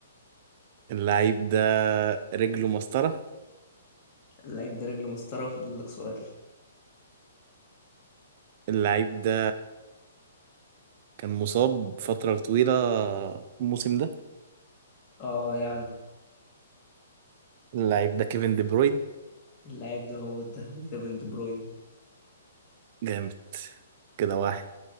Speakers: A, on the right (about 45°); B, on the left (about 30°).
A: اللعيب ده رجله مسطرة
B: اللعيب ده رجل مسطرة فاضل لك سؤال
A: اللعيب ده كان مصاب فترة طويلة الموسم ده
B: اه يعني
A: اللعيب ده كيفن دي بروين
B: اللعيب ده هو الذهبي كيفن دي بروين
A: جامد كده واحد